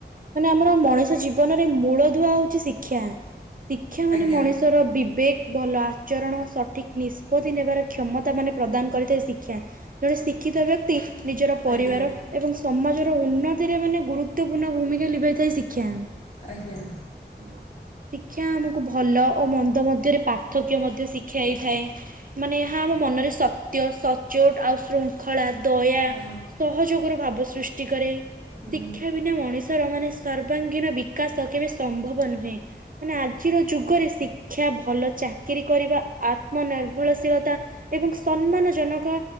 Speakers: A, on the right; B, on the left.
A: ମାନେ ଆମର ମଣିଷ ଜୀବନରେ ମୂଳଦୂଆ ହଉଚି ଶିକ୍ଷା। ଶିକ୍ଷା ମାନେ
B: ଆଜ୍ଞା
A: ମଣିଷର ବିବେ ଭଲ ଆଚରଣ ସଠିକ୍ ନିଷ୍ପତ୍ତି ନେବାର କ୍ଷମତା ମାନେ ପ୍ରଦାନ କରିଥାଏ ଶିକ୍ଷା। ଜଣେ ଶିକ୍ଷିତ ବ୍ୟକ୍ତି ନିଜର ପରିବାର
B: ଆଜ୍ଞା
A: ଏବଂ ସମାଜର ଉନ୍ନତିରେ ମାନେ ଗୁରୁତ୍ୱପୂର୍ଣ୍ଣ ଭୂମିକା ଲିଭାଇ ଥାଏ ଶିକ୍ଷା।
B: ଆଜ୍ଞା।
A: ଉଁ। ଶିକ୍ଷା ଆମୁକୁ ଭଲ ଓ ମନ୍ଦ ମଧ୍ୟରେ ପାର୍ଥକ୍ୟ ମଧ୍ୟ ଶିଖାଇଥାଏ। ମାନେ ଏହା ଆମ ମନରେ ସତ୍ୟ ସଚ୍ଚୋଟ ଆଉ ଶୃ ଖଳା ଦୟା
B: ହଁ
A: ସହଯୋଗର ଭାବ ସୃଷ୍ଟି କରେ।
B: ହୁଁ
A: ଶିକ୍ଷା ବିନା ମଣିଷର ମାନେ ସର୍ବାଙ୍ଗୀନ ବିକାଶ କେବେ ସମ୍ଭବ ନୁହେଁ। ମାନେ ଆଜିର ଯୁଗରେ ଶିକ୍ଷା ଭଲ ଚାକିରୀ କରିବା ଆତ୍ମନିର୍ଭରଶୀଳତା ଏବଂ ସନ୍ମାନ ଜନକ